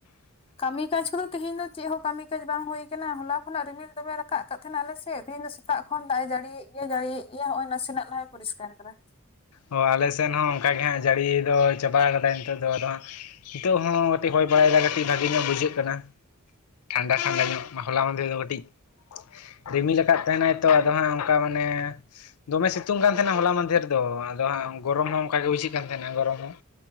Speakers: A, on the left; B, on the left.
A: ᱠᱟᱹᱢᱤ ᱠᱟᱡ ᱠᱚᱫᱚ ᱛᱮᱦᱮᱧ ᱫᱚ ᱪᱮᱫ ᱦᱚᱸ ᱠᱟᱹᱢᱤ ᱠᱟᱡ ᱵᱟᱝ ᱦᱳᱭ ᱟᱠᱟᱱᱟ ᱦᱚᱞᱟ ᱠᱷᱚᱱᱟᱜ ᱨᱤᱢᱤᱞ ᱫᱚᱢᱮ ᱨᱟᱠᱟᱵ ᱟᱠᱟᱫ ᱾ ᱛᱮᱦᱮᱱᱚ ᱟᱞᱮᱥᱮᱫ ᱛᱮᱦᱤᱧ ᱫᱚ ᱥᱮᱛᱟᱜ ᱠᱷᱚᱱ ᱫᱟᱜ ᱮ ᱡᱟᱹᱲᱤ ᱮᱛ ᱜᱮᱭᱟ ᱡᱟᱹᱲᱤ ᱮᱛ ᱜᱮᱭᱟ ᱱᱚᱜᱼᱚᱭ ᱱᱟᱥᱮᱱᱟᱜ ᱞᱟᱦᱟᱭ ᱯᱚᱨᱤᱥᱠᱟᱨ ᱟᱠᱟᱫᱟ ᱾
B: ᱚ ᱟᱞᱮᱥᱮᱫ ᱦᱚᱸ ᱚᱱᱠᱟ ᱜᱮ ᱦᱟᱸᱜ ᱡᱟᱹᱲᱤ ᱫᱚ ᱪᱟᱵᱟ ᱠᱟᱫᱟᱭ ᱱᱤᱛᱚᱜ ᱫᱚ ᱟᱫᱚ ᱦᱟᱸᱜ ᱾ ᱱᱤᱛᱚᱜ ᱦᱚᱸ ᱠᱟᱹᱴᱤᱡ ᱦᱚᱭ ᱵᱟᱲᱟᱭᱮᱫᱟ ᱠᱟᱹᱴᱤᱡ ᱵᱷᱟᱜᱤ ᱧᱚᱜ ᱵᱩᱡᱷᱟᱹᱜ ᱠᱟᱱᱟ ᱴᱷᱟᱱᱰᱟ ᱴᱷᱟᱱᱰᱟ ᱧᱚᱜ ᱾ ᱦᱚᱞᱟ ᱢᱟᱫᱷᱮᱨ ᱫᱚ ᱠᱟᱹᱴᱤᱡ ᱾ ᱨᱤᱢᱤᱞ ᱟᱠᱟᱫ ᱛᱟᱦᱮᱱᱟᱭ ᱛᱚ ᱟᱫᱚ ᱦᱟᱸᱜ ᱚᱱᱠᱟ ᱢᱟᱱᱮ ᱫᱚᱢᱮ ᱥᱤᱛᱩᱝ ᱠᱟᱱ ᱛᱟᱦᱮᱱᱟ ᱦᱚᱞᱟ ᱢᱟᱫᱷᱮᱨ ᱫᱚ ᱾ ᱟᱫᱚ ᱦᱟᱜ ᱜᱚᱨᱚᱢ ᱦᱚᱸ ᱚᱱᱠᱟ ᱜᱮ ᱵᱩᱡᱷᱟᱹᱜ ᱠᱟᱱ ᱛᱟᱦᱮᱱᱟ ᱜᱚᱨᱚᱢ ᱦᱚᱸ